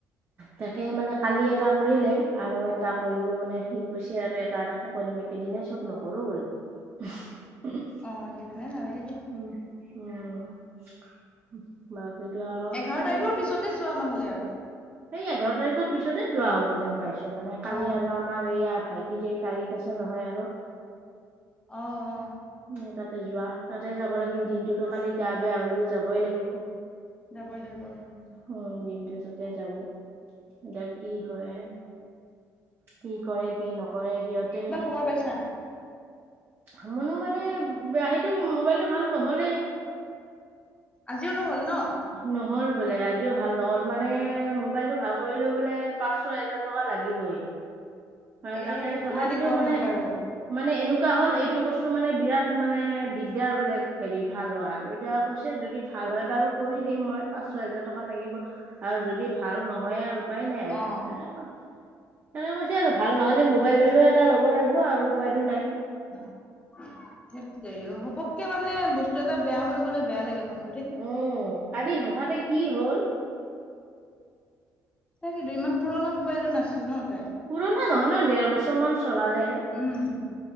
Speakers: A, on the right (about 35°); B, on the left (about 15°).
A: তাকে মানে কালি এটা কৰিলে আৰু এটা কৰিব মানে সি কৈছে আৰু এটা এটাকে কৰিম একেইদিনাই চব নকৰো বুলি।
B: অ', একেদিনাই নালাগে দিয়া
A: উম, উম, বাকীতো আৰু
B: এঘাৰ
A: হেই
B: তাৰিখৰ পিছতে যোৱা নহলে আৰু
A: সেই এঘাৰ তাৰিখৰ পিছতে যোৱা হ'ব যেন পাইছো মানে কালি
B: অ
A: আৰু আমাৰ এইয়া ভাইট টি যে তাৰিখ আছে নহয় আৰু
B: অঁ', অঁ।
A: এ তাতে যোৱা তাতে যাব লাগিল দিনটোতো কালি গা বেয়া হলেও যাবই লাগিব।
B: যাবই লাগিব অ'
A: উম, দিনটো তাতে যাব এতিয়া কি হয়াই কি কৰে কি নকৰে সিহঁতে
B: বৰ পাইছা?
A: আমনো মানে বেয়া সেইটো মোবাইলটো ভাল নহলে
B: আজিও নহ'ল ন'?
A: ন'হল বোলে আজিও ভাল নহ'ল মানে মোবাইলটো ভাল কৰিলেও বোলে পাঁচ ছয় হেজাৰ টকা লাগিবই আৰু
B: এ
A: তাকে তথাপিতো
B: কিয় এনেকুৱা
A: মানে
B: হ'ল বাৰু
A: মানে এনেকুৱা হ'ল এইটো বস্তু মানে বিৰাট মানে দিগদাৰ বোলে হেৰি ভাল হোৱাত এতিয়া কৈছে যদি ভাল হয় বাৰু কৰি দিম মই পাঁচ ছয় হোজাৰ টকা লাগিব আৰু যদি ভাল নহয় আৰু উপায় নাই আৰু
B: অ
A: তাকে কৈছে তেনেকে কৈছে আৰু ভাল নহ'লে মোবাইল হলেও এটা ল'ব লাগব আৰু উপায়তো নাই
B: সেত তেৰি সপককে মানে বস্তু এটা বেয়া হৈ গলে বেয়া লাগে মনটো দেই
A: উম, কালি হঠাতে কি হ'ল
B: তাকেইটো ইমান পুৰণা মোবাইলতো নাছিলে ন তাই?
A: পুৰণা নহয় ন ডেৰ বছৰ মান চলালেহে।
B: উম।